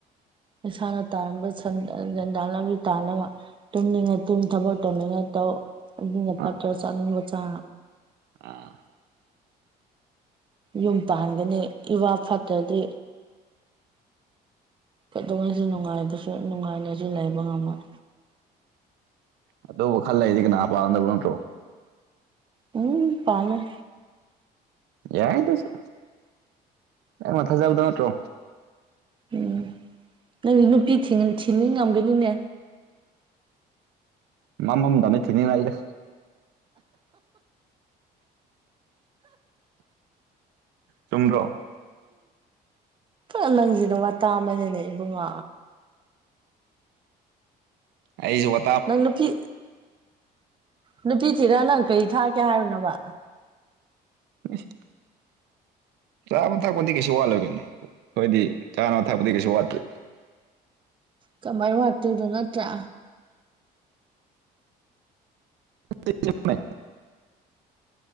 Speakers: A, on the right; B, on the right.
A: ꯏꯁꯥꯅ ꯇꯥꯔꯝꯕ ꯁꯟꯗꯥꯅ ꯁꯦꯟꯗꯥꯟ ꯂꯝꯕꯤ ꯇꯥꯅꯕ ꯇꯨꯝꯅꯤꯡꯉꯥꯏ ꯇꯨꯝ ꯊꯕꯛ ꯇꯧꯅꯤꯡꯉꯥꯏ ꯇꯧ ꯑꯗꯨꯅ
B: ꯑ
A: ꯐꯠꯇ꯭ꯔ ꯆꯥꯅꯤꯡꯕ ꯆꯥ
B: ꯑꯥ
A: ꯌꯨꯝ ꯄꯥꯟꯒꯅꯤ ꯏꯋꯥ ꯐꯠꯇ꯭ꯔꯗꯤ ꯀꯩꯗꯧꯉꯩꯁꯨ ꯅꯨꯡꯉꯥꯏꯕꯁꯨ ꯅꯨꯡꯉꯥꯏꯅꯁꯨ ꯂꯩꯕ ꯉꯝꯃꯣꯏ꯫
B: ꯑꯗꯨꯕꯨ ꯈꯜ ꯂꯩꯗꯤ ꯀꯅꯥꯄꯥꯒꯗꯕ ꯅꯠꯇ꯭ꯔꯣ
A: ꯎꯝ ꯄꯥꯂꯣꯏ
B: ꯌꯥꯏ ꯗꯨꯁꯨ ꯅꯪꯅ ꯊꯥꯖꯕꯗꯣ ꯅꯠꯇ꯭ꯔꯣ
A: ꯎꯝ ꯅꯪꯗꯤ ꯅꯨꯄꯤ ꯊꯤꯅꯤꯡ ꯊꯤꯅꯤꯡꯉꯝꯒꯅꯤꯅꯦ꯫
B: ꯃꯥꯃꯝꯗꯃꯤ ꯊꯤꯅꯤꯉꯥꯏꯔꯦ ꯆꯨꯝꯗ꯭ꯔꯣ
A: ꯑꯩ ꯅꯪꯒꯤꯖꯤꯗꯤ ꯋꯥꯇꯥ ꯑꯃꯅꯤꯅꯦ ꯏꯕꯨꯡꯉꯣ꯫
B: ꯑꯩꯖꯨ ꯋꯥ
A: ꯅꯪ ꯅꯨꯄꯤ ꯅꯨꯄꯤ ꯊꯤꯔ ꯅꯪ ꯀꯔꯤ ꯊꯥꯛꯀꯦ ꯍꯥꯏꯕꯅꯣꯕ?
B: <unintelligible> ꯆꯥꯕ ꯊꯛꯄꯗꯤ ꯀꯩꯁꯨ ꯋꯥꯠꯂꯣꯏ ꯀꯩꯅꯣ ꯑꯩꯈꯣꯏꯗꯤ ꯆꯥꯅꯕ ꯊꯛꯄꯗꯤ ꯀꯩꯁꯨ ꯋꯥꯠꯇꯦ
A: ꯀꯃꯥꯏꯅ ꯋꯥꯠꯇꯣꯏꯅꯣ ꯅꯠꯇ꯭ꯔꯥ
B: ꯆꯃꯦ <inaudible>